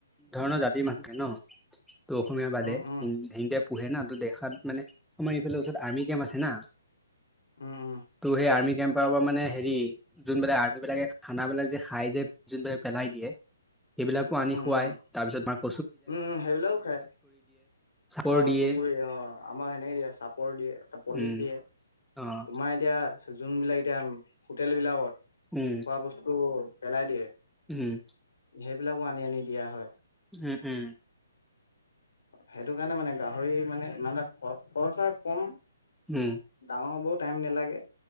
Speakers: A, in the centre; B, on the left.
A: ধৰণৰ জাতিৰ মানুহে ন। ত' অসমীয়াৰ বাদে
B: উম উম
A: পোহে না ত দেখাত মানে আমাৰ ইফালে ওচৰত আৰ্মি কেম্প আছে না।
B: উম উম
A: ত' সেই আৰ্মি কেম্প পৰা মানে হেৰি যোনবিলা আৰ্- ৰ্মী বিলাকে খানাবিলাক যে খাই যে যোন বিলাক পেলাই দিয়ে সেইবিলাকো আনি
B: উম উম
A: খুৱাই।
B: উম
A: তাৰপিছত মাক
B: উম, সেইবিলাকও খাই
A: চাপৰ
B: অ,
A: দিয়ে
B: তুগুৰি অ আমাক সেনেকে দিয়ে চাপৰ দিয়ে। এটা পলিচ
A: উম,
B: দিয়ে।
A: অ',
B: তোমাৰ এতিয়া যোনবিলাক এতিয়া হোটেল বিলাকত
A: উম,
B: খোৱা বস্তু পেলাই দিয়ে।
A: উম।
B: সেইবিলাকো আনি আনি দিয়া হয়।
A: উম, উম।
B: সেইটো কাৰণে মানে গাহৰি মানে ইমান এটা খ খৰচা কম।
A: উম,
B: ডাঙৰ হ'বও টাইম নালাগে।